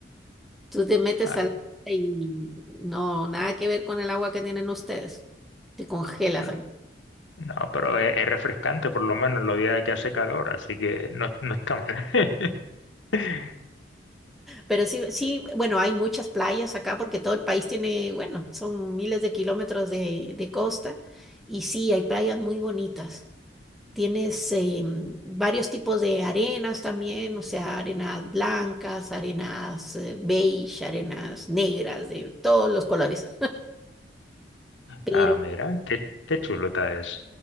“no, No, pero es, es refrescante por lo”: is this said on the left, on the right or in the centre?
Left